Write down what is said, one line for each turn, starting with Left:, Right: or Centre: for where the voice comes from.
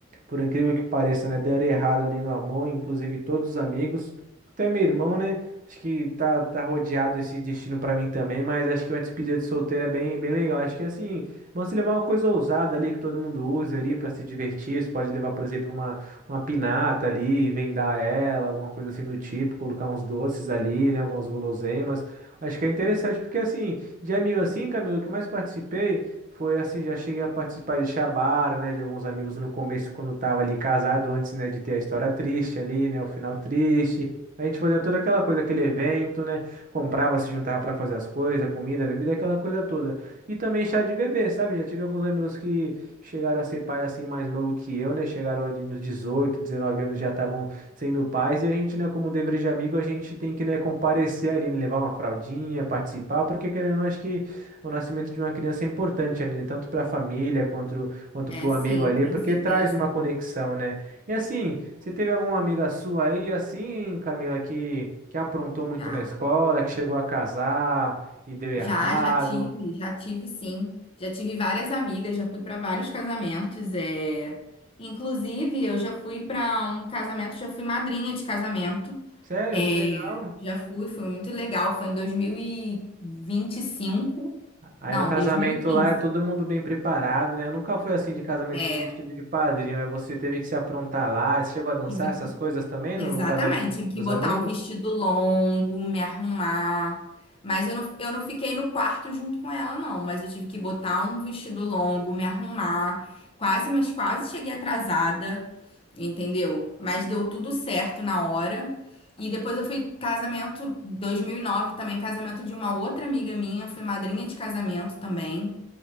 Right: por incrível que pareça, né, deram errado ali no amor, inclusive todos os amigos, até meu irmão, né, acho que tá, tá rodeado esse destino pra mim também, mas acho que uma despedida de solteiro é bem, bem legal, acho que, assim, vamos se levar uma coisa ousada ali, que todo mundo use ali pra se divertir, você pode levar, por exemplo, uma, uma pinata ali, vendar ela, alguma coisa assim do tipo, colocar uns doces ali, né, algumas guloseimas, acho que é interessante, porque, assim, de amigo assim, Camilo, o que eu mais participei foi assim, já cheguei a participar de Xabara, né, de alguns amigos no começo quando tava ali casado, antes, né, de ter a história triste ali, né, o final triste. A gente fazia toda aquela coisa, aquele evento, né, comprava, se juntava pra fazer as coisas, comida, bebida, aquela coisa toda. E também chá de bebê, sabe? Já tive alguns amigos que chegaram a ser pais assim mais novo que eu, né, chegaram ali nos 18 19 anos, já estavam sendo pais, e a gente, né, como dever de amigo, a gente tem que, né, comparecer ali, né, levar uma fraldinha, participar, porque querendo ou não, acho que o nascimento de uma criança é importante ali, né, tanto para a família quanto quanto
Left: É,
Right: para o
Left: sim,
Right: amigo ali,
Left: com
Right: porque
Left: certeza.
Right: traz uma conexão, né? E assim, você teve alguma amiga sua aí, assim, Camila, que que aprontou muito
Left: Já.
Right: na escola, que chegou a casar e deu errado?
Left: Já, já tive, já tive sim. Já tive várias amigas, já fui para vários casamentos. É... Inclusive, eu já fui para um casamento, já fui madrinha de casamento.
Right: Sério,
Left: É...
Right: que legal.
Left: Já fui, foi muito legal. Foi em dois mil e e vinte e cinco
Right: Aí
Left: Não,
Right: no casamento
Left: 2015.
Right: lá é todo mundo bem preparado, né? Eu nunca fui assim de casamento
Left: É,
Right: de vestido de padrinho, aí você teve que se aprontar lá. Você chegou a dançar
Left: tive
Right: essas
Left: que
Right: coisas também no,
Left: Exatamente,
Right: no casamento dos
Left: tive que botar
Right: amigos?
Left: um vestido longo, me arrumar. Mas eu não, eu não fiquei no quarto junto com ela, não. Mas eu tive que botar um vestido longo, me arrumar. Quase, mas quase cheguei atrasada, entendeu? Mas deu tudo certo na hora. E depois eu fui casamento 2009 também, casamento de uma outra amiga minha. Fui madrinha de casamento também.